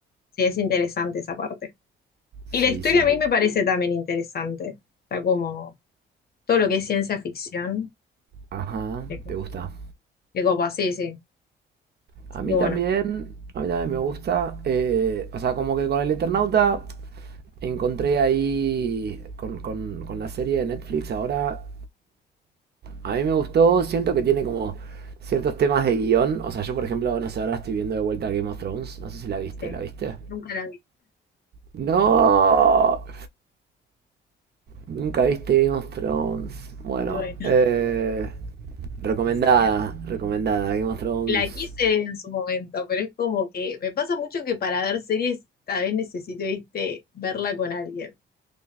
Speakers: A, on the left; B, on the right.
A: sí, es interesante esa parte. Y
B: sí,
A: la historia
B: sí.
A: a mí me parece también interesante. Está como todo lo que es ciencia ficción.
B: Ajá,
A: De co-
B: te gusta.
A: de copa, sí, sí.
B: A mí
A: Y bueno,
B: también, a mí también me gusta. eh, o sea, como que con el Eternauta encontré ahí, con, con- con la serie de Netflix ahora, A mí me gustó, siento que tiene como ciertos temas de guión. O sea, yo por ejemplo, no sé, ahora estoy viendo de vuelta Game of Thrones. No sé si la viste,
A: sí.
B: ¿la viste?
A: Nunca la vi.
B: No, nunca viste Game of Thrones. Bueno,
A: Y bueno,
B: eh, recomendada,
A: <laughs>
B: recomendada. Game of Thrones,
A: la quise ver en su momento, pero es como que me pasa mucho que para ver series tal vez necesito, viste, verla con alguien.